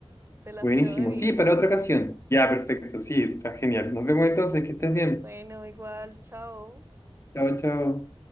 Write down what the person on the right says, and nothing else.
te las
quedo debiendo.
Bueno, igual, chao.